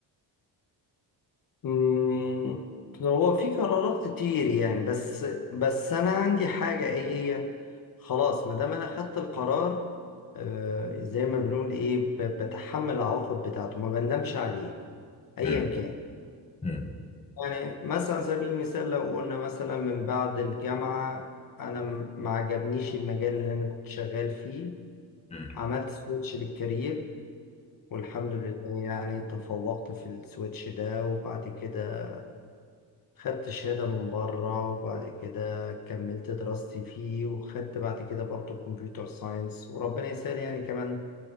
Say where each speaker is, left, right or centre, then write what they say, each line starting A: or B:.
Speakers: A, on the left; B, on the left.
A: مم، هو في قرارات كتير يعني بس بس انا عندي حاجة ايه هي خلاص ما دام انا خدت القرار آه، زي ما بنقول ايه ب- بتحمل العواقب بتاعته ما بندمش عليه ايا
B: مم.
A: كان
B: مم.
A: يعني مثلا على سبيل المثال لو قلنا مثلا من بعد الجامعة انا م- ما عجبنيش المجال اللي انا كنت شغال فيه
B: مم.
A: عملت سويتش للكارير والحمد لله يعني تفوقت في السويتش ده وبعد كده خدت شهادة من بره وبعد كده كملت دراستي فيه وخدت بعد كده برضو كمبيوتر ساينس وربنا يسهل يعني كمان